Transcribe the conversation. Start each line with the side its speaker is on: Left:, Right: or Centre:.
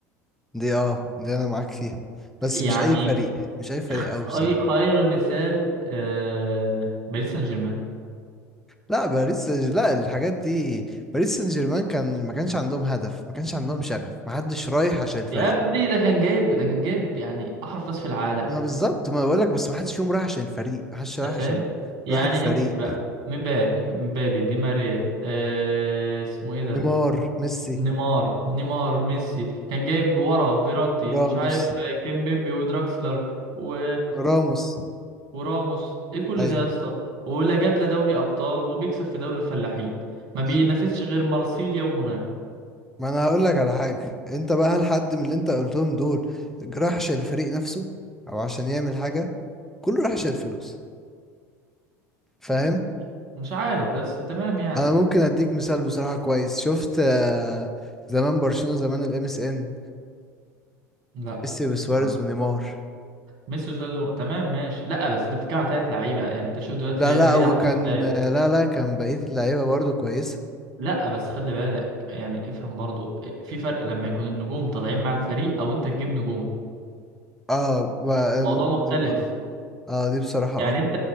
Centre: دي اه دي انا معاك فيها بس
Right: يعني
Centre: مش اي فريق مش اي فريق قوي بصراحه
Right: اي خير مثال آه، باريس سان جيرمان
Centre: لا باريس سان- لا الحاجات دي باريس سان جيرمان كان ما كانش عندهم هدف ما كانش عندهم شغف ما حدش رايح عشان الفريق
Right: يا ابني ده كان جايب ده كان جايب يعني احرف ناس في العالم
Centre: ما بالظبط ما بقولك بس ما حدش فيهم رايح عشان الفريق ما حدش رايح
Right: انت فاهم
Centre: عشان
Right: يعني
Centre: روح الفريق
Right: امسك بقى مبابي مبابي دي ماريا آه، اسمه ايه ده
Centre: نيمار ميسي
Right: نيمار نيمار ميسي كان جايب ورا فيراتي
Centre: راموس
Right: مش عارف كيمبيمبي ودراكسلر و
Centre: راموس
Right: وراموس ايه كل
Centre: ايوه
Right: ده يا اسطى ولا جاب لا دوري ابطال وبيكسب في دوري الفلاحين ما بينافسش
Centre: مم.
Right: غير مارسيليا وموناكو
Centre: ما انا هقول لك على حاجه انت بقى هل حد من اللي انت قلتهم دول رايح عشان الفريق نفسه او عشان يعمل حاجه كله رايح عشان الفلوس فاهم
Right: م- مش عارف بس تمام يعني
Centre: انا ممكن اديك مثال بصراحه كويس شفت آه، زمان برشلونه زمان الام اس ان
Right: لا
Centre: ميسي وسواريز
Right: ما-
Centre: ونيمار
Right: ميسي وسيزر تمام ماشي لا بس انت بتتكلم على تلات لعيبه يعني انت شوف دلوقتي
Centre: لا
Right: ريال
Centre: لا
Right: مدريد
Centre: وكان
Right: عامل ازاي
Centre: لا لا كان بقية اللعيبة برضو كويسة
Right: لا بس خلي بالك يعني افهم برضو إيه، في فرق لما يكون النجوم طالعين مع الفريق او انت تجيب نجوم
Centre: اه ب-
Right: الموضوع
Centre: ممكن
Right: مختلف
Centre: دي اه اه دي بصراحة
Right: يعني
Centre: اه
Right: انت